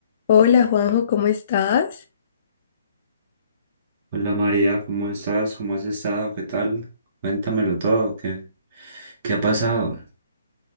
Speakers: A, on the left; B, on the right.
A: Hola Juanjo, ¿cómo estás?
B: Hola María, ¿cómo estás? ¿Cómo has estado? ¿Qué tal? Cuéntamelo todo, ¿qué, qué ha pasado?